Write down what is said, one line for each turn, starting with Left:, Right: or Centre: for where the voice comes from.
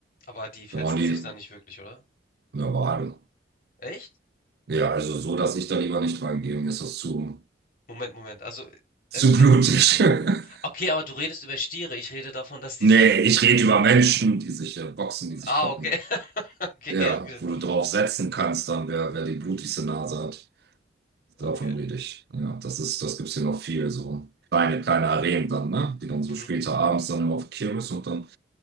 Left: Aber die fetzen
Right: Da waren die
Left: sich da nicht wirklich, oder?
Right: Normale.
Left: Echt?
Right: Ja, also so, dass ich da lieber nicht reingehe, mir ist das zu,
Left: Moment, Moment. Also,
Right: zu
Left: äh, mit,
Right: blutig. <laughs>
Left: okay, aber du redest über Stiere. Ich rede davon, dass die
Right: Nee,
Left: sich halt.
Right: ich rede über Menschen, die sich äh, boxen, die sich
Left: Ah,
Right: kloppen.
Left: okay, <laughs> okay,
Right: Ja,
Left: ja, gut.
Right: wo du drauf setzen kannst, dann wer, wer die blutigste Nase hat. Davon
Left: okay.
Right: rede ich. Ja, das ist, das gibt's hier noch viel so. Kleine, kleine Arenen dann, ne? Die dann so
Left: Mhm.
Right: später abends dann immer auf die Kirmes und dann,